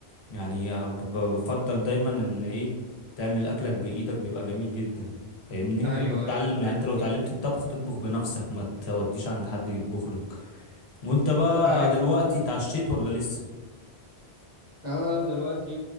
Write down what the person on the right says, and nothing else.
ايوه
ايوه بتبقى
جميله
ايوه
انا دلوقتي